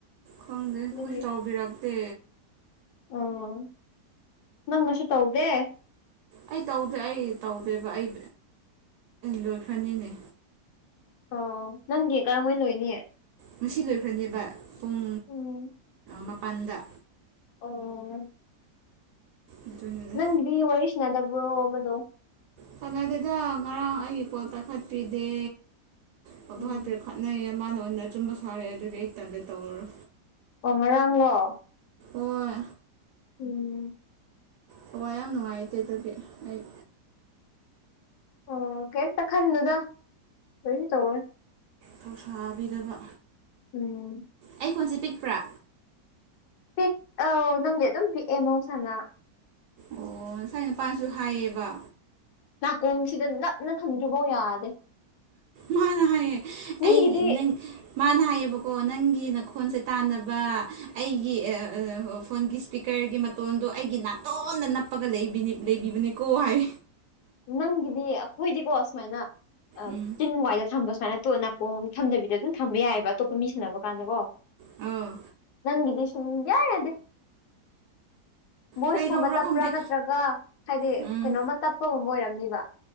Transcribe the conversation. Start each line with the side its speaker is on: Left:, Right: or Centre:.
Right: ꯈꯪꯗꯦ ꯑꯩꯈꯣꯏꯁꯨ
Left: ꯑꯗꯨꯒꯤ
Right: ꯇꯧꯕꯤꯔꯛꯇꯦ
Left: ꯑꯣ ꯅꯪꯅꯁꯨ ꯇꯧꯗꯦ
Right: ꯑꯩ ꯇꯧꯗꯦ ꯑꯩ ꯇꯧꯗꯦꯕ ꯑꯩ ꯂꯣꯏ ꯐ꯭ꯔꯅꯤꯅꯦ
Left: ꯑꯣ ꯅꯪꯒꯤ ꯀꯔꯍꯩ ꯂꯣꯏꯅꯦ
Right: ꯉꯁꯤ ꯂꯣꯏꯈ꯭ꯔꯅꯦꯕ ꯄꯨꯡ
Left: ꯎꯝ
Right: ꯃꯄꯜꯗ
Left: ꯑꯣ
Right: ꯑꯗꯨꯅꯅꯦ
Left: ꯅꯪꯗꯤ ꯑꯣꯔꯁꯅꯗꯕ꯭ꯔꯣ ꯑꯣꯃꯗꯨꯣ
Right: ꯁꯥꯟꯅ ꯑꯗꯨꯗ ꯉꯔꯥꯡ ꯑꯩꯒꯤ ꯄꯣꯠ ꯇꯥꯈꯠꯄꯤꯗꯦ ꯄꯣ
Left: ꯎꯝ
Right: ꯇꯥꯈꯠꯄꯤꯔ ꯅꯌꯦ ꯃꯥꯅ ꯑꯣꯏꯅ ꯑꯆꯨꯝꯕ ꯁꯥꯔꯛꯑꯦ ꯑꯗꯨꯒꯤ ꯑꯩ ꯇꯜꯂꯦ ꯇꯧꯔꯔꯣ
Left: ꯑꯣ ꯉꯔꯥꯡꯂꯣ
Right: ꯍꯣꯏ
Left: ꯎꯝ
Right: ꯊꯋꯥꯏ ꯌꯥꯝ ꯅꯨꯡꯉꯥꯏꯇꯦ ꯑꯗꯨꯒꯤ ꯑꯩ
Left: ꯑꯣ ꯀꯩꯝꯇ ꯈꯟꯗꯨꯗ ꯀꯔꯤꯁꯨ ꯇꯧꯔꯦꯏ
Right: ꯊꯧꯁꯥꯕꯤꯗꯕ
Left: ꯎꯝ
Right: ꯑꯩ ꯈꯣꯟꯁꯦ ꯄꯤꯛꯄ꯭ꯔꯥ
Left: ꯄꯤꯛ ꯑ ꯅꯪꯗꯤ ꯑꯗꯨꯝ ꯄꯤꯛꯑꯦ ꯃꯍꯧꯁꯥꯟꯅ
Right: ꯑꯣ ꯉꯁꯥꯏ ꯅꯨꯅꯤꯄꯥꯁꯨ ꯍꯥꯏꯌꯦꯕ
Left: ꯅꯥꯀꯣꯡꯁꯤꯗ ꯅꯞꯅ ꯊꯝꯗ꯭ꯔꯤꯐꯧ ꯌꯥꯗꯦ
Right: ꯃꯥꯅ ꯍꯥꯏꯌꯦ
Left: ꯃꯤꯒꯤꯗꯤ
Right: ꯑꯩꯒꯤ ꯅꯪ ꯃꯥꯅ ꯍꯥꯏꯌꯦꯕꯀꯣ ꯅꯪꯒꯤ ꯅꯈꯣꯟꯁꯦ ꯇꯥꯟꯅꯕ ꯑꯩꯒꯤ ꯐꯣꯟꯒꯤ ꯁꯄꯤꯀꯔꯒꯤ ꯃꯇꯣꯟꯗꯣ ꯑꯩꯒꯤ ꯅꯥꯇꯣꯟꯅ ꯅꯞꯄꯒ ꯂꯩꯕꯤꯕꯅꯤꯀꯣ ꯍꯥꯏ
Left: ꯅꯪꯒꯤꯗꯤ ꯑꯩꯈꯣꯏꯗꯤꯀꯣ ꯁꯨꯃꯥꯏꯅ ꯑ
Right: ꯎꯝ
Left: ꯇꯤꯟ ꯋꯥꯏꯗ ꯊꯝꯕ ꯁꯨꯃꯥꯏꯅ ꯇꯣ ꯈꯣꯡ ꯊꯝꯗꯕꯤꯗꯣ ꯑꯗꯨꯝ ꯊꯝꯕ ꯌꯥꯏꯑꯕ ꯑꯇꯣꯞꯄ ꯃꯤ ꯁꯟꯅꯅꯕ ꯀꯥꯟꯗ ꯀꯣ
Right: ꯑꯥ
Left: ꯒꯤꯗꯤ ꯁꯨꯝꯌꯥ ꯌꯥꯗꯦ ꯚꯣꯏꯁꯀꯨꯝꯕ
Right: ꯀꯩꯗꯧꯕ꯭ꯔꯥ
Left: ꯇꯞꯄ꯭ꯔꯥ
Right: ꯈꯪꯗꯦ
Left: ꯅꯠꯇ꯭ꯔꯒ ꯍꯥꯏꯗꯤ
Right: ꯎꯝ
Left: ꯀꯩꯅꯣꯝꯃ ꯇꯞꯄꯒꯨꯝꯕ ꯑꯣꯏꯔꯝꯅꯤꯕ